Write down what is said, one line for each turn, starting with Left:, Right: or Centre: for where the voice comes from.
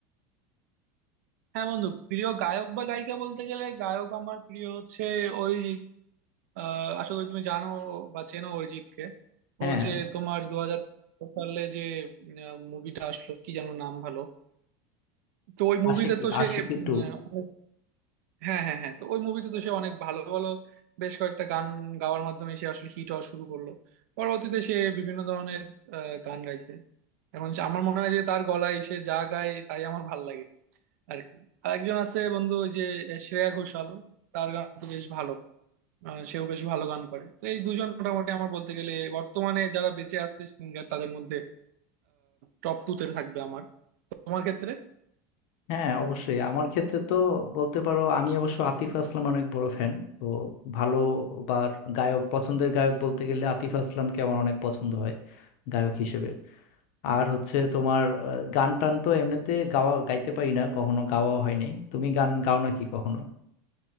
Right: হ্যাঁ বন্ধু প্রিয় গায়ক বা গায়িকা বলতে গেলে গায়ক আমার প্রিয় হচ্ছে অরিজিৎ আহ, আশা করি তুমি জানো বা চেনো অরিজিৎকে
Left: হ্যাঁ
Right: ও যে তোমার দু হাজার সালে যে মুভিটা আসলো কি যেন নাম ভালো তো ওই মুভিতে
Left: আশিকি
Right: তো সে
Left: আশিকি
Right: উম,
Left: টু
Right: অনেক- হ্যাঁ হ্যাঁ হ্যাঁ তো ওই মুভিতে তো সে অনেক ভালো ভালো বেশ কয়েকটা গান গাওয়ার মাধ্যমে সে আসলে হিট হওয়া শুরু করলো পরবর্তীতে সে বিভিন্ন ধরনের আহ, গান গাইছে এখন সে- আমার মনে হয় যে তার গলায় সে যা গায় তাই আমার ভাল লাগে আর কি আর একজন আছে বন্ধু ওই যে শ্রেয়া ঘোষাল তার গান তো বেশ ভালো আহ, সেও বেশ ভালো গান করে তো এই দুজন মোটামুটি আমার বলতে গেলে বর্তমানে যারা বেঁচে আছে সিঙ্গার তাদের মধ্যে টপ টু তে থাকবে আমার তোমার ক্ষেত্রে
Left: হ্যাঁ অবশ্যই আমার ক্ষেত্রে তো বলতে পারো আমি অবশ্য আতিফ আসলাম অনেক বড় ফ্যান তো ভালো বা গায়ক পছন্দের গায়ক বলতে গেলে আতিফ আসলামকে আমার অনেক পছন্দ হয় গায়ক হিসেবে আর হচ্ছে তোমার আহ, গান টান তো এমনিতে গাওয়া গাইতে পারি না কখনো গাওয়া হয় নাই তুমি গান গাও নাকি কখনো